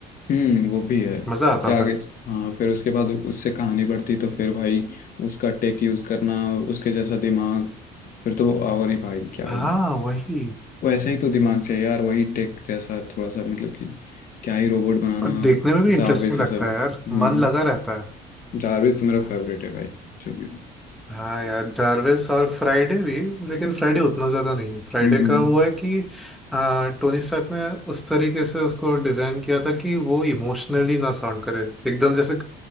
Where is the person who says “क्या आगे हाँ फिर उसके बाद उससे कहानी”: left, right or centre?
Left